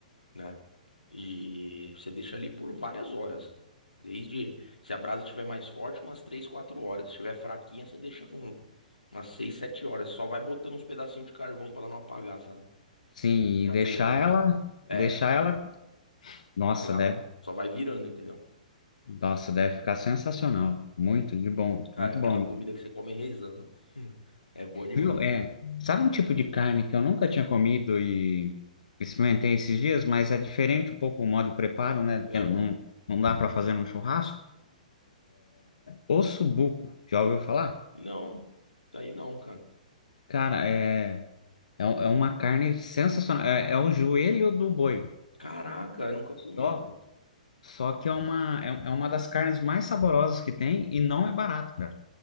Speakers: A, on the left; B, on the left.
A: né? E você deixa ali por várias horas. Desde, se a brasa estiver mais forte, umas 3, 4 horas. Se estiver fraquinha, você deixa com umas 6, 7 horas. Só vai botando uns pedacinhos de carvão para ela não apagar, sabe?
B: Sim,
A: Já
B: e deixar
A: fez alguma vez?
B: ela,
A: É,
B: deixar ela, nossa,
A: larga
B: deve,
A: lá. Só vai virando, entendeu?
B: nossa, deve ficar sensacional. Muito de bom,
A: Cara,
B: muito
A: é aquela
B: bom.
A: comida que você come rezando. <laughs> É boa demais.
B: Viu? É, sabe um tipo de carne que eu nunca tinha comido e experimentei esses dias, mas é diferente um pouco o modo de preparo, né? Porque
A: Ah,
B: não, não dá para fazer num churrasco? Ossobuco, já ouviu falar?
A: não, isso aí não, cara.
B: Cara, é, é, um- é uma carne sensacional. É, é o joelho do boi.
A: Caraca, eu nunca comi,
B: Só,
A: velho.
B: só que é uma, é, é uma das carnes mais saborosas que tem e não é barato, cara.